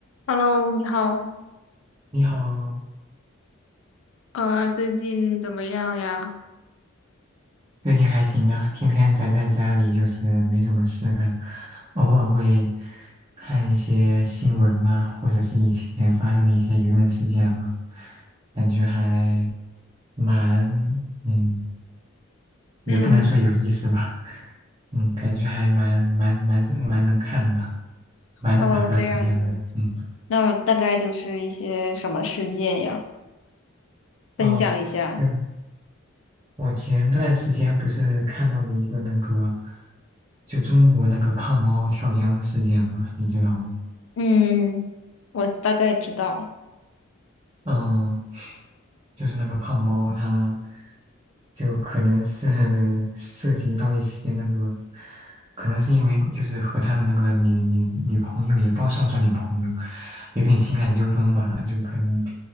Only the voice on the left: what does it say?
Hello，你好，
呃，最近怎么样呀？
嗯，
哦，这样子，
那大概就是一些什么事件呀？分享一下。
嗯，我大概知道。